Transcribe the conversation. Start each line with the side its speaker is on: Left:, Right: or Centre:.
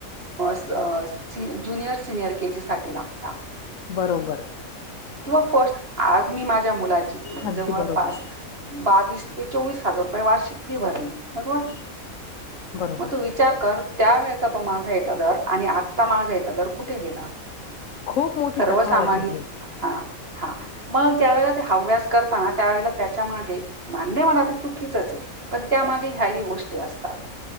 Right: सी ज्युनियर सिनियर के जीसांठी लागतां
Left: बरोबर
Right: किंवा फंट आंज मी माझ्या मुलाची फी
Left: अगदी
Right: जवळंपास
Left: बरोबर
Right: बावीस ते चोवीस वाषिक फी भरली बरोबर
Left: बरोबर
Right: मंग विचारलं करं त्यां वेळचां तो माळं घ्यायचा दरं आणि आजचां माळं घ्यायचा दरं कुठे गेलां
Left: खूप मोठी
Right: सर्व
Left: तफावत
Right: सामान्यं
Left: आहे हे
Right: हां हां मंग ज्यां वेळेला ते हव्यांस करतांना त्यांवेळे त्यांच्या मागे मान्यं म्हणां ते चुकीचच आहे पणं त्यांमागे ह्यांही गोष्टी असतांत